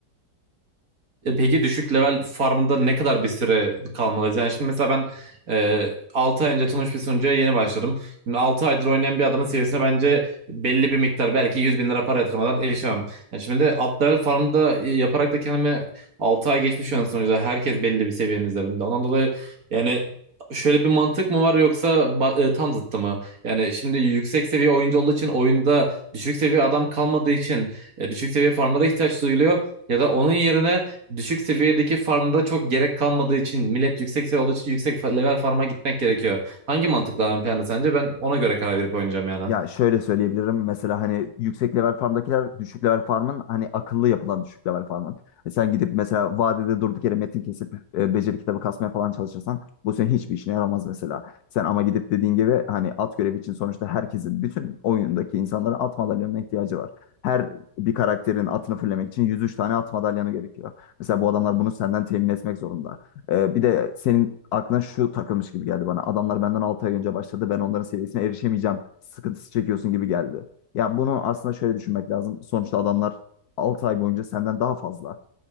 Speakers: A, on the right; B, on the left.
A: E Peki düşük level farmda ne kadar bir süre kalmalıyız? Yani şimdi mesela ben e, 6 ay önce açılmış bir sunucuya yeni başladım. Şimdi 6 aydır oynayan bir adamın seviyesine bence belli bir miktar belki 100 bin lira para yatırmadan erişemem. Yani şimdi de alt level farmda e, yaparak da kendimi 6 ay geçmiş yani sonuçta herkes belli bir seviyenin üzerinde. Ondan dolayı yani şöyle bir mantık mı var yoksa ba- e, tam zıttı mı? Yani şimdi yüksek seviye oyuncu olduğu için oyunda düşük seviye adam kalmadığı için e, düşük seviye farmlara ihtiyaç duyuluyor. Ya da onun yerine düşük seviyedeki farmda çok gerek kalmadığı için millet yüksek seviye olduğu için yüksek fa- level farma gitmek gerekiyor. Hangi mantık daha ön planda sence? Ben ona göre karar verip oynayacağım yani.
B: Ya şöyle söyleyebilirim. Mesela hani yüksek level farmdakiler düşük level farmın hani akıllı yapılan düşük level farmın. E sen gidip mesela vadede durduk yere metin kesip e, beceri kitabı kasmaya falan çalışırsan bu senin hiçbir işine yaramaz mesela. Sen ama gidip dediğin gibi hani at görevi için sonuçta herkesin bütün oyundaki insanlara at madalyanına ihtiyacı var. Her bir karakterin atını fullemek için 103 tane at madalyanı gerekiyor. Mesela bu adamlar bunu senden temin etmek zorunda. Ee, bir de senin aklına şu takılmış gibi geldi bana. Adamlar benden 6 ay önce başladı. Ben onların seviyesine erişemeyeceğim. Sıkıntısı çekiyorsun gibi geldi. Ya bunu aslında şöyle düşünmek lazım. Sonuçta adamlar 6 ay boyunca senden daha fazla.